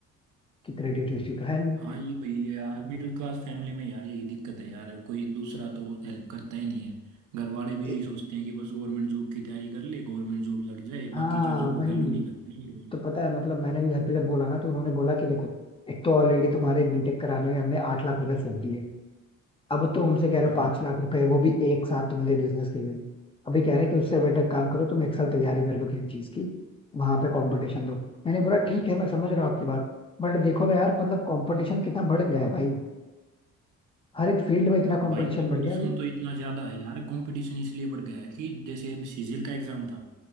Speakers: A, on the left; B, on the right.
A: कि क्रेडिट हिस्ट्री तो है नहीं
B: हाँ ये वही है यार मिडिल क्लास फैमिली में यार यही दिक्कत है यार कोई दूसरा तो हेल्प करता ही नहीं है घर वाले भी
A: ए-
B: यही सोचते हैं कि बस गवर्नमेंट जॉब की तैयारी कर ले गवर्नमेंट जॉब लग जाए
A: हाँ
B: बाकी चीज़ों को
A: वही
B: वैल्यू नहीं करते ना घर वाले
A: तो पता है मतलब मैंने भी घर पे जब बोला ना तो उन्होंने बोला कि देखो एक तो ऑलरेडी तुम्हारे बीटेक कराने में हमने आठ लाख रुपए फूक दिए अब तो हमसे कह रहे हो
B: हम्म
A: पांच लाख रुपए वो भी एक साथ तुम्हें दे बिजनेस के लिए अभी कह रहे हैं कि उससे बेटर काम करो तुम एक साल तैयारी कर लो किसी चीज की वहां पे कंपटीशन दो मैंने बोला ठीक है मैं समझ रहा हूँ आपकी बात बट देखो ना यार मतलब कंपटीशन कितना बढ़ गया है भाई हर एक फील्ड में इतना कंपटीशन
B: भाई कंपटीशन
A: बढ़ गया है भाई
B: तो इतना ज्यादा है यार कंपटीशन इसलिए बढ़ गया है कि जैसे अब सीजीएल का एग्जाम था